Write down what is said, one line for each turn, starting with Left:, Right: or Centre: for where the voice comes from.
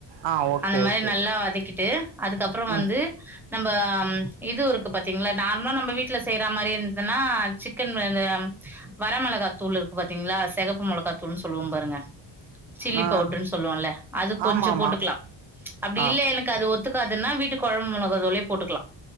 Right: ஆ ஓகே
Centre: அந்த மாரி
Right: ஓகே
Centre: நல்லா வதக்கிட் ட்டு அதுக்கப்புறோ
Right: ம்
Centre: வந்து நம்ம இதுவு இருக்கு பாத்தீங்களா நார்மலா நம்ம வீட்ல செய்ற மாரி த்ன்னா சிக்கன் இந்த வரமிளகாத்தூள் இருக்கு பாத்தீங்களா செகப்பு மொளகாத்தூள்ன்னு சொல்லுவோ பாருங்க சில்லி
Right: ஆ
Centre: பவுடர்ன்னு சொல்லுவோல்ல அது கொஞ்சோ
Right: ஆமா ஆமா
Centre: போட்டுக்கலா அப்பிடி
Right: ஆ
Centre: இல்ல எனக்கு அது ஒத் ஒத்துக்காதுன்னா வீட்டு கொழம்பு மிளகாத்தூளே போட்டுக்கலா